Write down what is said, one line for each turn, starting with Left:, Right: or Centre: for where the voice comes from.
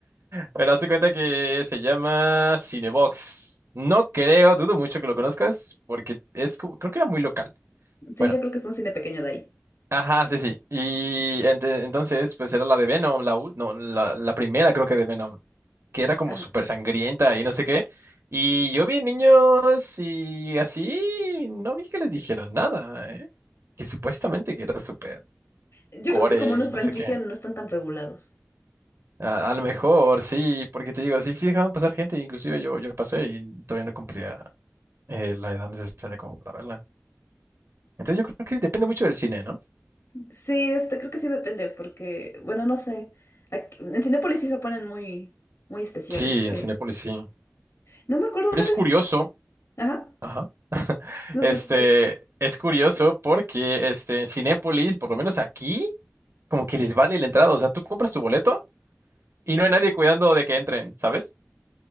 Right: Pero hazte cuenta que se llama Cinebox. No creo, dudo mucho que lo conozcas, porque es, como- creo que era muy local.
Left: Sí,
Right: Bueno,
Left: yo creo que es un cine pequeño de ahí.
Right: ajá, sí, sí. Y ente- entonces, pues era la de Venom, la, ul- no, la, la primera creo que de Venom, que era como
Left: Ajá.
Right: súper sangrienta y no sé qué. Y yo vi niños y así, no vi que les dijeran nada, ¿eh? Que supuestamente que era súper
Left: Yo
Right: gore
Left: creo que como nos
Right: y no
Left: franquician,
Right: sé qué.
Left: no están tan regulados.
Right: A, a lo mejor, sí, porque te digo, sí, sí dejaban pasar gente, inclusive yo, yo pasé y todavía no cumplía eh, la edad necesaria como para verla. Entonces yo creo que depende mucho del cine, ¿no?
Left: Sí, este, creo que sí depende, porque, bueno, no sé. Aquí- en Cinépolis sí se ponen muy, muy especiales.
Right: Sí,
Left: eh.
Right: en Cinépolis sí.
Left: No me acuerdo
Right: Pero
Left: una
Right: es
Left: vez.
Right: curioso,
Left: Ajá.
Right: ajá. <laughs>
Left: No,
Right: Este,
Left: te- te-
Right: es curioso porque este, en Cinépolis, por lo menos aquí, como que les vale la entrada. O sea, tú compras tu boleto y no hay nadie cuidando de que entren, ¿sabes?